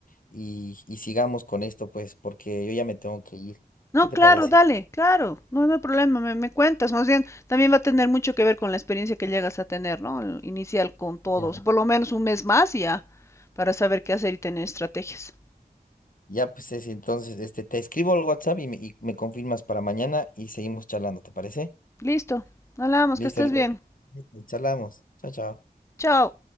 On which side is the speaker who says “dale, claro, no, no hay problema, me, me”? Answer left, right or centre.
Left